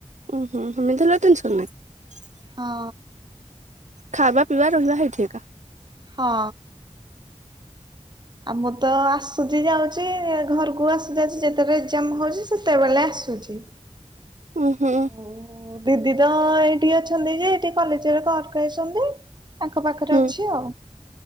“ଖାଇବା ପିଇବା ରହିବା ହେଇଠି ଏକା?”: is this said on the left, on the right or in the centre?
Right